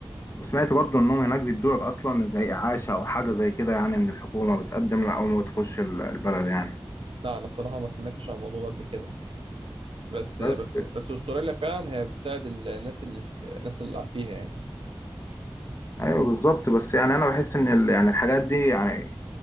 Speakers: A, on the left; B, on the right.
A: وسمعت برضو انهم هناك بيدوا لك اصلا زي اعاشة او حاجة زي كده يعني من الحكومة بتقدم لها اول ما بتخش ال- البلد يعني
B: لا أنا الصراحة ما سمعتش عن الموضوع ده قبل كده بس
A: بس
B: بس بس أستراليا فعلا هي بتساعد الناس اللي الناس اللي فيها يعني
A: ايوه بالظبط بس يعني انا بحس ان ال- يعني الحاجات دي يعني